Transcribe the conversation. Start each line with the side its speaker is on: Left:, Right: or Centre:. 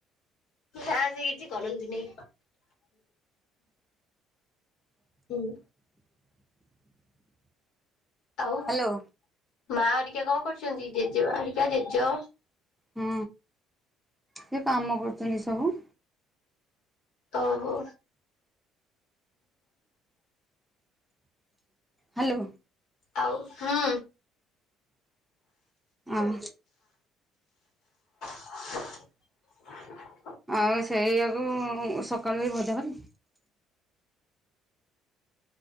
Left: ନା ସେ କିଛି କରନ୍ତିନି। ହୁଁ ଉଁ ଆଉ
Centre: ହ୍ୟାଲୋ
Left: ମା ଅରିକା କଣ କରୁଛନ୍ତି ଜେଜେମା ଅରିକା ଜେଜେ?
Centre: ହଁ ସେ କାମ କରୁଛନ୍ତି ସବୁ
Left: ଓହୋ
Centre: ହାଲୋ
Left: ଆଉ ହୁଁ
Centre: ଆଉ
Left: <unintelligible>
Centre: ଆଉ ସେଇଆକୁ ସକାଳୁ ବି ଭଜା କ